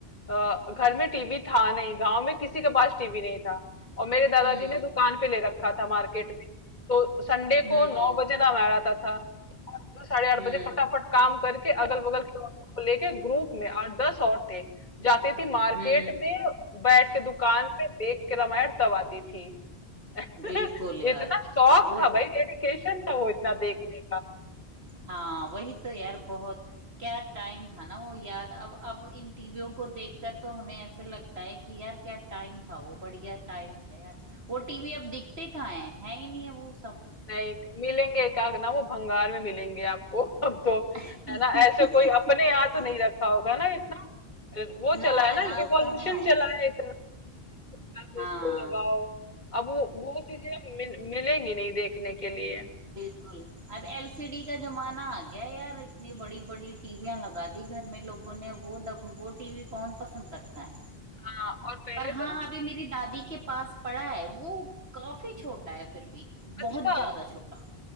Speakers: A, on the left; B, on the right.
A: अ, घर में टीवी था नहीं गांव में किसी के पास टीवी नहीं था और मेरे दादाजी
B: हम्म
A: ने दुकान पे ले रखा था मार्केट में तो संडे
B: हम्म
A: को नौ बजे दाम आ रहा था तो साढ़े आठ
B: हम्म
A: बजे फटाफट काम करके अगल बगल के औरतों को लेके ग्रुप में आठ दस औरतें जाती थी मार्केट
B: हम्म
A: में बैठ के दुकान पे देख के रामायण तब आती थी <laughs>
B: बिल्कुल यार
A: इतना शौक
B: वो
A: था भाई डेडिकेशन था वो इतना देखने
B: हाँ वही तो यार बहुत क्या टाइम था ना वो याद अब अब इन टीवियों को देखकर तो हमें ऐसे लगता है कि यार क्या टाइम था वो बढ़िया टाइम था यार वो टीवी अब दिखते कहाँ है, है ही नहीं है वो सब
A: नहीं मिलेंगे एकाक ना वो भंगार में मिलेंगे आपको <laughs> अब तो
B: <laughs>
A: है ना ऐसे कोई अपने यहाँ तो नहीं रखा होगा ना इतना वो
B: ना
A: चला है ना
B: ना
A: रिवॉल्यूशन
B: अब कहाँ है
A: चला है इतना छोटा कि
B: हाँ
A: इसको लगाओ अब वो वो चीजें अब मिल, मिलेंगी नहीं देखने के लिए
B: बिल्कुल अब एलसीडी का जमाना आ गया यार इतनी बड़ी बड़ी टीवियां लगा दी घर में लोगों ने वो डब, वो टीवी कौन पसंद करता है
A: हाँ और पहले
B: पर हाँ
A: तो ना
B: अभी मेरी दादी के पास पड़ा है वो काफी छोटा है फिर भी
A: अच्छा
B: बहुत ज्यादा छोटा